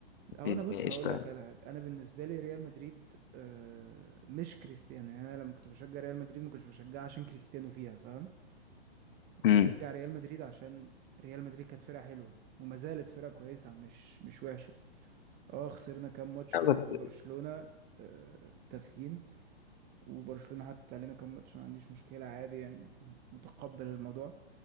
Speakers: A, on the right (about 30°); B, on the left (about 55°).
A: هو
B: الدنيا
A: انا بص
B: قشطه
A: هقول لك
B: يعني
A: على حاجه انا بالنسبه لي ريال مدريد آه مش كريستيانو يعني انا لما كنت بشجع ريال مدريد ما كنتش بشجعها عشان كريستيانو فيها فاهم كنت
B: امم
A: بشجع ريال مدريد عشان ريال مدريد كانت فرقه حلوه وما زالت فرقه كويسه مش مش وحشه اه خسرنا كام ماتش
B: لا
A: كده
B: بس
A: من برشلونة آه، تافهين وبرشلونة حتى علينا كام ماتش ما عنديش مشكلة عادي يعني متقبل الموضوع